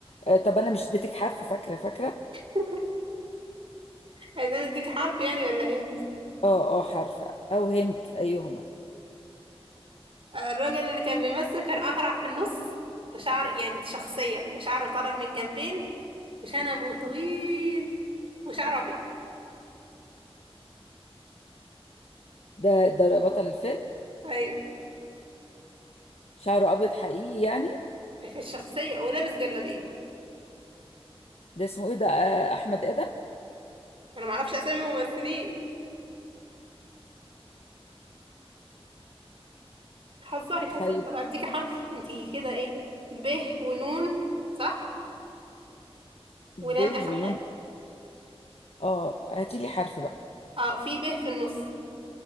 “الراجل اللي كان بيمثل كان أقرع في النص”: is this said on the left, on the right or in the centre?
Right